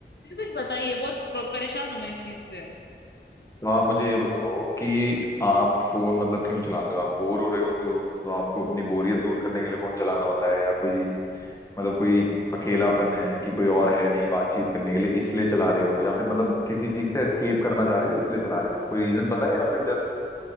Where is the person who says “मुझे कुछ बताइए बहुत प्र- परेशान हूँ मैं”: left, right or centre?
Left